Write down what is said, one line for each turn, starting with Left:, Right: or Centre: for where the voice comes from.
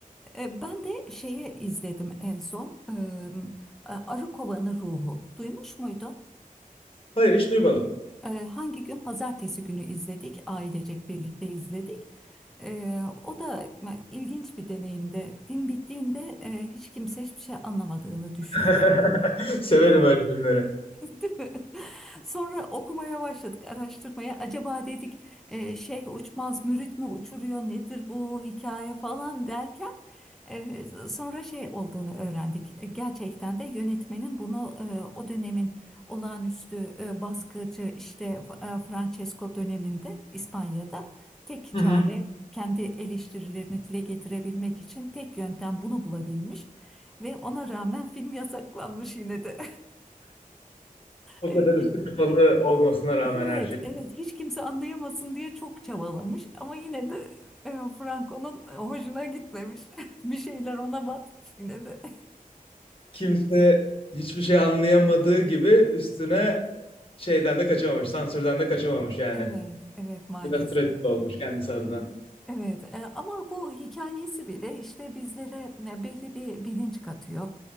Centre: E, Ben de şeye izledim en son. e, Arı Kovanı Ruhu. Duymuş muydun?
Left: Hayır hiç duymadım.
Centre: Ee, hangi gün? Pazartesi günü izledik. Ailecek birlikte izledik. Ee, o da ilginç bir deneyimdi. Film bittiğinde e, hiç kimse hiçbir şey anlamadığını düşündü.
Left: <laughs> Severim öyle filmleri.
Centre: <laughs> Değil mi? Sonra okumaya başladık, araştırmaya. Acaba dedik e, şeyh uçmaz, mürit mi uçuruyor, nedir bu hikaye falan derken e, sonra şey olduğunu öğrendik. E, Gerçekten de yönetmenin bunu e, o dönemin olağanüstü e, baskıcı işte e, Francesco döneminde İspanya'da tek
Left: Hı
Centre: çare
Left: hı.
Centre: kendi eleştirilerini dile getirebilmek için tek yöntem bunu bulabilmiş ve ona rağmen film yasaklanmış yine de.
Left: O
Centre: <laughs>
Left: kadar üstü kapalı olmasına rağmen
Centre: Evet,
Left: her şey.
Centre: evet. Hiç kimse anlayamasın diye çok çabalamış ama yine de e, Franco'nun hoşuna gitmemiş. <laughs> Bir şeyler ona batmış yine de.
Left: kimse hiçbir şey anlayamadığı gibi üstüne şeyden de kaçamamış, sansürden de kaçamamış yani.
Centre: Evet, evet maalesef.
Left: Biraz trajik olmuş kendisi adına.
Centre: Evet, e, ama bu hikayesi bile işte bizlere e, belli bir bilinç katıyor.